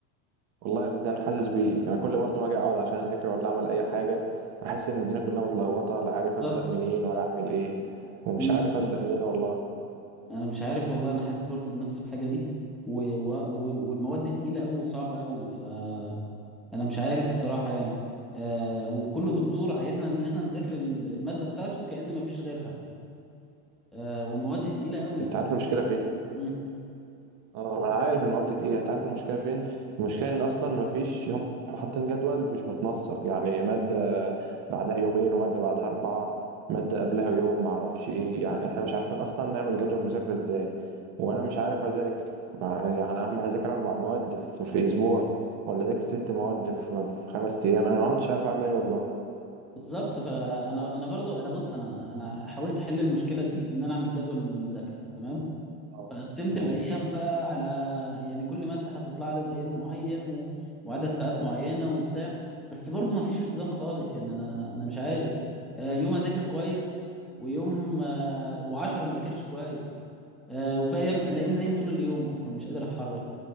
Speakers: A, on the right; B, in the centre.
A: والله يا ابني انا حاسس بيك انا كل برضه ما اجي اقعد عشان اذاكر ولا اعمل اي حاجه احس ان الدنيا كلها متلخبطه لا عارف
B: بالظبط
A: ابدا منين ولا اعمل ايه ومش
B: مم.
A: عارف ابدا منين والله
B: انا مش عارف والله انا حاسس برضو بنفس الحاجه دي و... و... وال- والمواد تقيله قوي وصعبه قوي فانا مش عارف بصراحه يعني آه وكل دكتور عايزنا ان احنا نذاكر الم- الماده بتاعته كأن ما فيش غيرها آه والمواد تقيله قوي
A: انت
B: ف
A: عارف المشكله فين
B: مم.
A: اه ما انا عارف المواد دي تقيلة انت عارف المشكلة فين المشكلة ان اصلا ما فيش هم حاطين جدول مش متنسق يعني مادة بعدها يومين ومادة بعدها اربعة مادة قبلها يوم ما اعرفش ايه يعني احنا مش عارفين اصلا نعمل جدول مذاكرة ازاي وانا مش عارف اذاكر ما- يعني اهم هذاكر اربع مواد في, في اسبوع ولا اذاكر ست مواد في, في خمس ايام انا ما كنتش عارف اعمل ايه والله
B: بالظبط فانا انا برضو انا بص انا انا حاولت احل المشكله دي ان انا اعمل جدول من المذاكره تمام
A: أو-
B: فقسمت
A: مم.
B: الايام بقى على يعني كل ماده حطيت لها عدد ايام معين و... وعدد ساعات معينه وبتاع بس برضو ما فيش التزام خالص يعني انا انا مش عارف آه، يوم اذاكر كويس ويوم آه، وعشرة ما ذاكرش كويس آه، وفي ايام الاقيني نايم طول اليوم اصلا مش قادر اتحرك